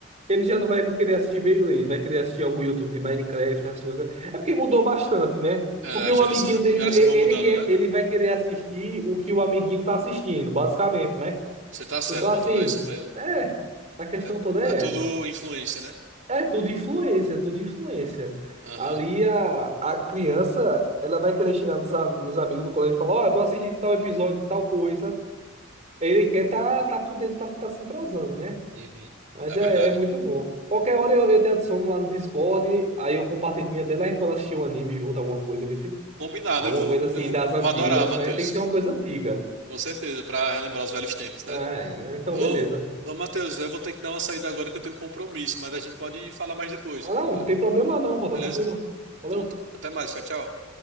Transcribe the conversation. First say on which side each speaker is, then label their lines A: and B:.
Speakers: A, on the right (about 35°); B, on the right (about 60°).
A: ele já não vai querer assistir Beyblade, vai querer assistir algum YouTube de Minecraft, as coisas. É porque mudou bastante, né?
B: É,
A: Porque
B: As
A: o
B: gerações
A: amiguinho dele,
B: geração
A: e-
B: vai
A: ele
B: mudando,
A: quer,
B: né?
A: ele vai querer assistir o que o amiguinho tá assistindo, basicamente, né?
B: Você tá certo,
A: Então assim,
B: Matheus, é isso mesmo.
A: é, a questão
B: É,
A: toda
B: é
A: é
B: tudo
A: essa.
B: influência, né?
A: É tudo influência, é tudo influência.
B: Aham.
A: Ali a, a criança, ela vai querer chegar nos, a- nos amigos do colégio e falar, ó, eu tô assistindo tal episódio de tal coisa. Ele quer tá, tá por dentro pra estar se entrosando, né?
B: Uhum.
A: Mas
B: É
A: é,
B: verdade.
A: é muito bom. Qualquer hora eu, eu te adiciono lá no Discord, aí eu compartilho minha tela, a gente pode assistir um anime junto, alguma coisa, vê se-
B: Combinado,
A: alguma
B: eu vou,
A: coisa assim
B: eu vou,
A: das antigas,
B: eu vou adorar, Matheus.
A: né? Tem que ser uma coisa antiga.
B: Com certeza, pra relembrar os velhos tempos, né?
A: É, então
B: Ô,
A: beleza.
B: ô, Matheus, eu vou ter que dar uma saída agora que eu tenho um compromisso, mas a gente pode falar mais depois,
A: Ah, não,
B: bele-
A: não tem problema não, pô, tá
B: beleza?
A: tranquilo. Valeu.
B: Então, t- até mais, tchau, tchau.